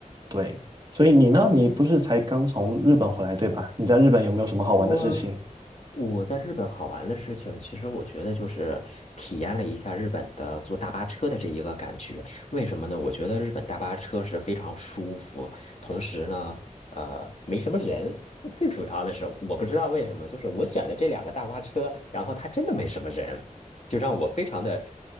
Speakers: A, on the right; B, on the left.
A: 对，所以你呢？你不是才刚从日本回来，对吧？你在日本有没有什么好玩的事情？
B: 我我在日本好玩的事情，其实我觉得就是体验了一下日本的坐大巴车的这一个感觉。为什么呢？我觉得日本大巴车是非常舒服，同时呢，呃，没什么人。最主要的是，我不知道为什么，就是我选的这两个大巴车，然后它真的没什么人，就让我非常的